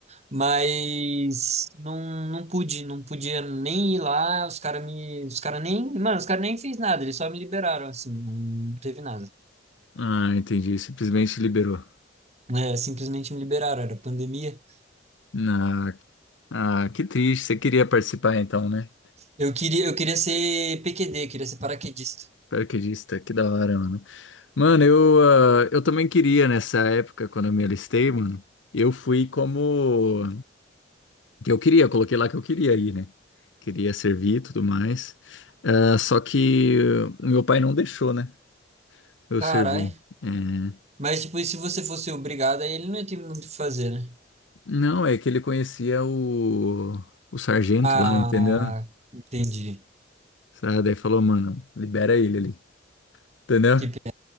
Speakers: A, on the right; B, on the left.
A: Mas não, não pude, não podia nem ir lá. Os caras me. Os caras nem. Mano, os caras nem fez nada, eles só me liberaram, assim. Não teve nada.
B: Ah, entendi. Simplesmente liberou.
A: É, simplesmente me liberaram, era pandemia.
B: Ah, ah, que triste. Você queria participar então, né?
A: Eu queria, eu queria ser PQD, queria ser paraquedista.
B: Paraquedista, que da hora, mano. Mano, eu, ah, eu também queria nessa época, quando eu me alistei, mano. Eu fui como. que eu queria, eu coloquei lá que eu queria ir, né? Queria servir e tudo mais. Ah, só que eh, o meu pai não deixou, né? Eu
A: Carai.
B: servir. É,
A: Mas, tipo, e se você fosse obrigado, aí ele não ia ter muito o que fazer, né?
B: Não, é que ele conhecia o, o sargento
A: Ah,
B: lá, entendeu?
A: entendi.
B: Sabe? Daí falou, mano, libera ele ali, entendeu?
A: Que pena.